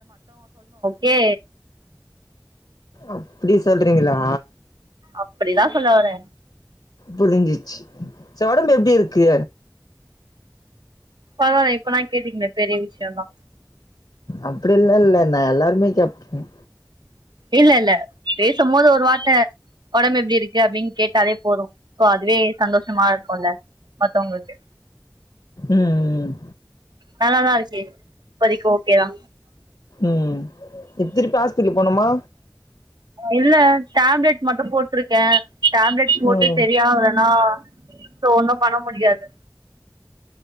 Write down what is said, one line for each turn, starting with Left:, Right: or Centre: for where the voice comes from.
Right: ஏ
Left: அப்டி சொல்றீங்களா
Right: அப்படிதா சொல்ல வார
Left: புரிஞ்சிச்சு ஜ ஒடம்பு எப்டி இருக்கு
Right: பரவால இப்ப நா கேட்டீங்ளே பெரிய விஷ்யோம்தா
Left: அப்டி இல்ல இல்ல நா எல்லாருமே கேபேன்
Right: இல்ல இல்ல பேசும்போது ஒரு வார்த்த ஒடம்பு எப்டி இருக்கு அப்டின் கேட்டாலே போதும் சோ அதுவே சந்தோஷமா இருக்கும்ல்ல மத்தவங்களுக்கு
Left: ம் ம்
Right: வேணானா அரசி இப்பதிக்கு ஓகேயா
Left: ம் இப்திருப்பி ஹாஸ்பெட்டல் போணுமா
Right: இல்ல டேப்லெட் மட்டு போட்ருக்கே டேப்லெட் போட்டு
Left: ம்
Right: செரியாவ்லனா ஃபோன் தா பண்ண முடியாது